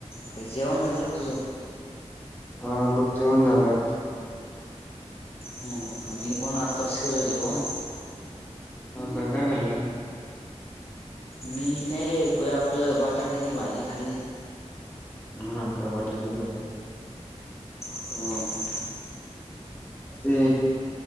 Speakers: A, on the left; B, on the left.
A: कायं जेवणं झालंकां तुझं
B: हां बघ जेवणं झालं
A: हो मी पणं आताचं केलं जेवणं
B: हो कां कायं खाल्लं
A: मी कायं आपलं बटाट्यांची भांजी खांल्ली
B: हां का बटाट्यांची भाजी
A: हम्मं
B: ते